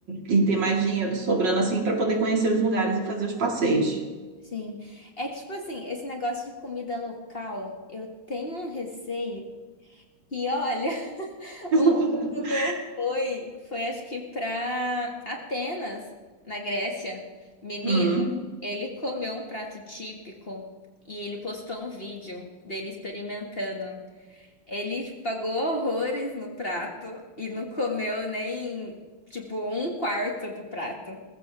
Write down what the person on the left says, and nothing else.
Sim. É que, tipo assim, esse negócio de comida local, eu tenho um receio que, olha, <laughs>
um amigo meu foi, foi acho que pra Atenas, na Grécia. Menina,
ele comeu um prato típico e ele postou um vídeo dele experimentando. Ele tipo, pagou horrores no prato e não comeu nem, tipo, um quarto do prato.